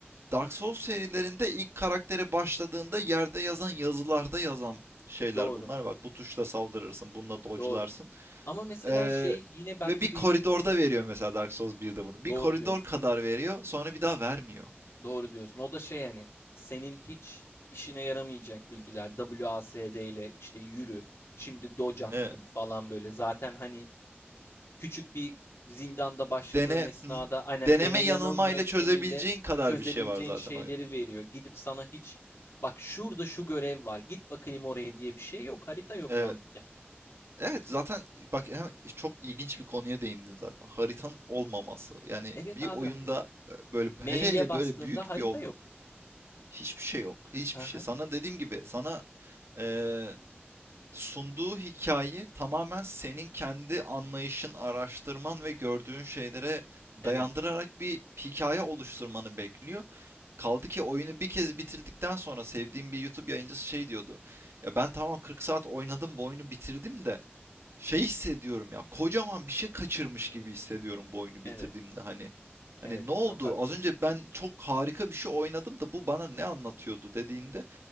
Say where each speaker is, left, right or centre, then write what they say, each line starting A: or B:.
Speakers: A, on the right; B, on the left.
A: Dark Souls serilerinde ilk karaktere başladığında yerde yazan yazılarda yazan şeyler
B: doğru
A: bunlar. Bak bu tuşla saldırırsın bununla dodge'larsın.
B: doğru. Ama mesela
A: Ee,
B: şey yine bence
A: ve bir koridorda
B: bir
A: veriyor mesela Dark Souls 1'de bunu.
B: doğru
A: Bir koridor
B: diyorsun.
A: kadar veriyor sonra bir daha vermiyor.
B: Doğru diyorsun. O da şey hani senin hiç işine yaramayacak bilgiler. WASD ile işte yürü, şimdi docat
A: Ee,
B: gibi falan böyle. Zaten hani küçük bir zindanda başladığın
A: Dene,
B: esnada
A: hı hı.
B: aynen
A: deneme
B: dene
A: yanılmayla
B: yanıl yöntemiyle
A: çözebileceğin kadar
B: çözebileceğin
A: bir şey var zaten
B: şeyleri
A: oyunda.
B: veriyor. Gidip sana hiç bak şurada şu görev var git bakayım oraya diye bir şey yok. Harita yok
A: Evet.
B: mantıken.
A: Evet zaten bak hem çok ilginç bir konuya değindin zaten. Haritanın olmaması. Yani
B: Evet
A: bir
B: abi
A: oyunda
B: hani
A: e, böyle
B: M'ye
A: hele hele
B: bastığında
A: böyle büyük
B: harita
A: bir oyunda
B: yok.
A: hiçbir şey yok. Hiçbir
B: Hı
A: şey.
B: hı.
A: Sana dediğim gibi sana e, sunduğu hikaye tamamen senin kendi anlayışın, araştırman ve gördüğün şeylere dayandırarak
B: Evet,
A: bir hikaye oluşturmanı bekliyor. Kaldı ki oyunu bir kez bitirdikten sonra sevdiğim bir YouTube yayıncısı şey diyordu. Ya ben tamam 40 saat oynadım bu oyunu bitirdim de şey hissediyorum ya kocaman bir şey kaçırmış gibi hissediyorum bu oyunu
B: evet,
A: bitirdiğimde hani.
B: evet
A: Hani ne oldu?
B: çok haklı.
A: Az önce ben çok harika bir şey oynadım da bu bana ne
B: Hı
A: anlatıyordu
B: hı,
A: dediğinde
B: hı